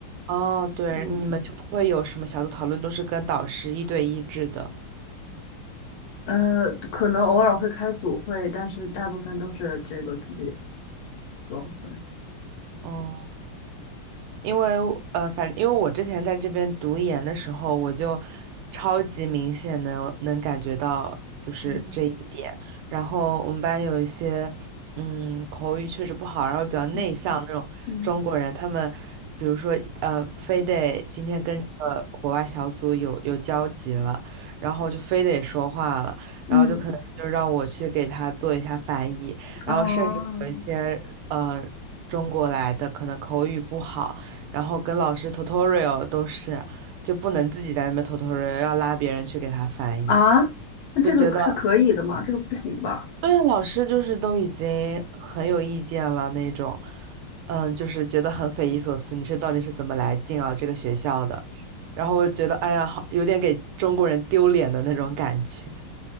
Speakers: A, on the right; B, on the left.
A: 哦，对，
B: 嗯。
A: 你们就不会有什么小组讨论，都是跟导师一对一制的。
B: 呃，可能偶尔会开组会，但是大部分都是这个自己做，算是
A: 哦、因为呃，反因为我之前在这边读研的时候，我就超级明显能能感觉到就是这一点。
B: 嗯
A: 然后我们班有一些嗯口语确实不好，然后比较内向那种中国人，
B: 嗯嗯，
A: 他们比如说呃，非得今天跟呃国外小组有有交集了，然后就非得说话了，
B: 嗯，
A: 然后就可能就让我去给他做一下翻译，
B: 哦，
A: 然后甚至有一些呃中国来的可能口语不好。然后跟老师 tutorial 都是，就不能自己在那边 tutorial，要拉别人去给他翻译，
B: 啊，那这个是可以的吗？
A: 就觉得
B: 这个不行吧？
A: 对啊，老师就是都已经很有意见了那种，嗯，就是觉得很匪夷所思，你是到底是怎么来进了这个学校的？然后我就觉得，哎呀，好有点给中国人丢脸的那种感觉。